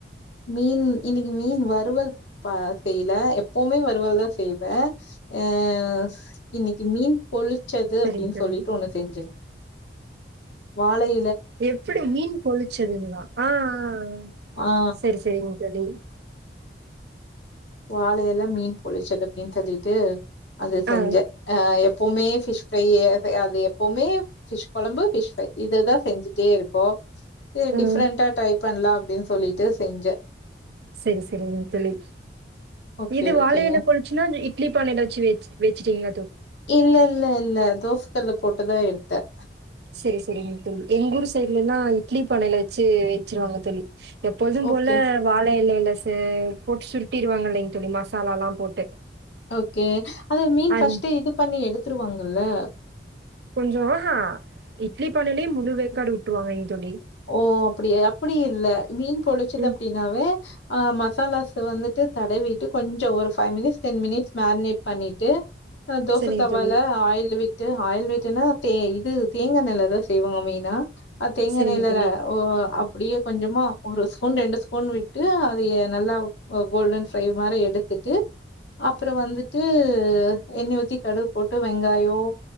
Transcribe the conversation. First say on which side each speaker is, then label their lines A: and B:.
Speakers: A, on the left; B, on the right.
A: மீன் இன்னிக்கு மீன் வறுவல் ப செய்யல எப்பவுமே வருவல் தா செய்வே ஆஹ இன்னிக்கு மீன் பொலி ச்சது
B: சரிங்க
A: அப்டின்னு
B: தோழி
A: சொல்லிட்டு ஒண்ணு செஞ்சே வாலை
B: எப்டி மீன் பொளிச்சதுங்களா ஆஹ் ஆஹ்
A: ஆ
B: செரி செரிங்க தோலி
A: வால எல மீன் பொழிச்சது அப்டின் சொல்லிட்டு அது செஞ்ச
B: ஆ
A: ஆஹ் எப்பவுமே ஃபிஷ் ஃப்ரையே அது எப்பவுமே ஃபிஷ் கொலம்பு ஃபிஷ் ஃப்ரை இததா செஞ்சிட்டே இருக்கோ இது
B: ம்
A: டிஃப்ரெண்டா ட்ரை பண்லாம் அப்டின்னு சொல்லிட்டு செஞ்ச
B: செரி செரிங்க தோலி
A: ஓகே,
B: இது
A: ஓகேங்க.
B: வாலை எல பொழிச்சுன்னா இட்லி பானையில வெச் வெச் வெச்சிட்டீங்க
A: இல்ல இல்ல இல்ல தோஸ்க்கல்ல போட்டுதா எடுத்த
B: செரி செரிங்க தோலி எங் ஊர் சைட்லலா இட்லி பானையில வெச்சி வெச்சிருவாங்க தோலி எப்பொழுதும்
A: ஓகே.
B: போல வாலை எல இலசு கோட் சுருட்டிருவாங்க இல்லைங் தோலி மசாலால்லா போட்டு
A: ஓகே அத மீன்
B: அது
A: ஃபர்ஸ்ட் இது பண்ணி எடுத் துருவாங்கல்ல
B: கொஞ்சோ உ ஹா இட்லி பானைலயு முலு வேக்காடு விட்ருவாங்க தோலி
A: ஓ அப்டியா அ ப்டி இல்ல மீன் பொளிச்சது
B: ம்
A: அப்டினாவே ஆஹ் மசாலாஸ் வந்துட்டு தடவிட்டு கொஞ்சோ ஒரு five minutes ten minutes marinate பண்ணிட்டு அ தோச
B: சரிங்க
A: தவால்ல
B: தோழி
A: ஆயில் வி ட்டு ஆயில் விட்ன்னா தே இது தேங்காய் மேல எதாது செய்வாங்க மெயினா
B: சரிங்க
A: நீ இல்லல
B: தோழி
A: ஓ அப்டியே கொஞ்சம்மா ஒரு ஸ் பூன் ரெண்டு ஸ்பூன் விட்டு அதைய நல்லா கோ கோல்டன் ஃப்ரை மாரி எடுத்துட்டு அப்புற வந்துட்டு எண்ணெய் ஊத்தி கடுகு போட்டு வெங்காயோ